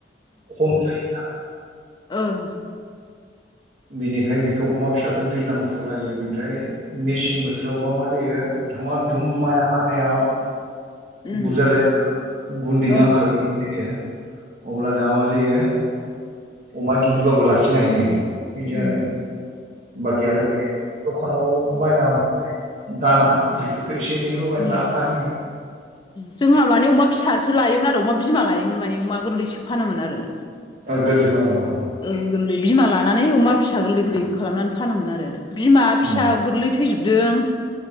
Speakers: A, on the right; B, on the left.
A: खम जायोना।
B: ओं।
A: बेनिखाय बेखौ अमा फिसाखौ दैज्लां बोथोराव लायो बेनिफ्राय मेसें बोथोरावबा मा जायो धामा धुम माय हानायाव
B: उम
A: बुरजा जाया गुन्दैनि
B: ओ
A: आंखाल गैयै जायो। अब्लाना मा जायो अमा गिदिरबाबो लाखिनो हायो। बिदि
B: उम्म
A: आरो
B: उम्म।
A: बाखि आरो बे दखानाव बायना मोननाय दाना बेफोरखौ एसे एनै लगाय
B: उम
A: लाना होयो।
B: जोंहा माने अमा फिसासो लायोमोन आरो अमा बिमा लायोमोन माने अमा गोरलैसो फानोमोन आरो।
A: ओ गोरलै फानो अ।
B: ओं गोरलै बिमा लानानै अमा फिसा गोरलै गोरलै खालामनानै फानोमोन आरो। बिमा फिसा
A: उम
B: गोरलै थैजोबदों।